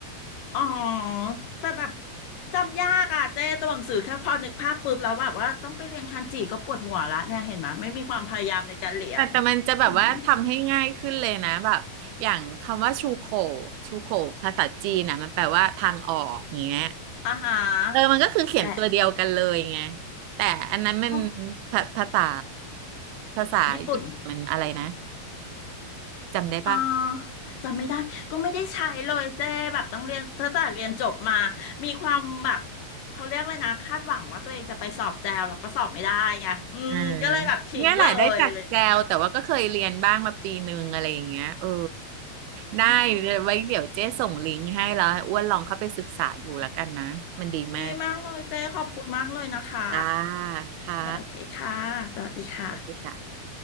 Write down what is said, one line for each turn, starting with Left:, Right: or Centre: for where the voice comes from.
Left: อ๋อแต่แบบจำยากอ่ะเจ้ตัวหนังสือแค่พอนึกภาพปุ๊บแล้วแบบว่าต้องไปเรียนคันจิก็ปวดหัวละเนี่ยเห็นไหมยไม่มีความพยายามในการเรียน
Right: แต่แต่มันจะแบบว่าทำให้ง่ายขึ้นเลยนะแบบอย่างคำว่าชูโข
Left: อืม
Right: ชูโขภาษาจีนนะมันแปลว่าทางออกอย่างเงี้ย
Left: อาหาร
Right: เออมันก็คือเขียนตัวเดียวกันเลยไง
Left: และ
Right: แต่อันนั้นมัน
Left: พวก
Right: ภาภาษาภาษาญี่ปุ่นมันอะไรนะ
Left: ญี่ปุ่น
Right: จำได้ปะ
Left: อ่าจำไม่ได้ก็ไม่ได้ใช้เลยเจ้แบบต้องเรียนตั้งแต่เรียนจบมามีความแบบเขาเรียกเลยนะคาดหวังว่าตัวเองจะไปสอบแจวแล้วก็สอบไม่ได้ไงอืมก็เลยแบบทิ้งเลยอะไรอย่างเลยอ่ะ
Right: อ่าเนี่ยแหละได้จากแกวแต่ว่าก็เคยเรียนบ้างมาปีหนึงอะไรอย่างเงี้ยเออได้
Left: อืม
Right: ไว้เดี๋ยวเจ๊ส่งลิงก์ให้แล้วให้อ้วนลองเข้าไปศึกษาดูแล้วกันนะมันดีมาก
Left: ดีมากเลยเจ้ขอบคุณมากเลยนะคะ
Right: จ้าค่ะ
Left: โอเคค่ะ สวัสดีค่ะ
Right: สวัสดีค่ะ